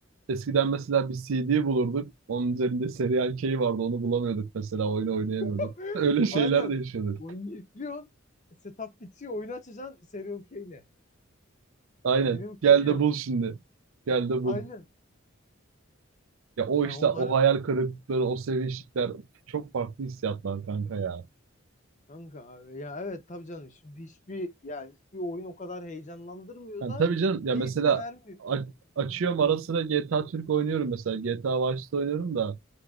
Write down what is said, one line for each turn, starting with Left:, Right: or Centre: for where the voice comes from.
Right: Eskiden mesela bir CD bulurduk. Onun üzerinde Serial K vardı. Onu bulamıyorduk mesela. Oyunu oynayamıyorduk.
Left: <laughs>
Right: <laughs> Öyle şeyler
Left: Aynen.
Right: de yaşıyorduk.
Left: Oyunu yüklüyorsun. Setup bitiyor. Oyunu açacaksın. Serial K'yle.
Right: Aynen.
Left: Serial
Right: Gel
Left: K yok.
Right: de bul şimdi. Gel de bul.
Left: Aynen.
Right: Ya o
Left: Ya
Right: işte
Left: onları
Right: o hayal kırıklıkları, o sevinçlikler çok farklı hissiyatlar kanka ya.
Left: kanka abi, ya evet tabii canım şimdi hiçbir yani hiçbir oyun o kadar heyecanlandırmıyor
Right: Yani
Left: da
Right: tabii canım ya
Left: keyif
Right: mesela
Left: de vermiyor.
Right: a- açıyorum ara sıra GTA Türk oynuyorum mesela. GTA Vice'de oynuyorum da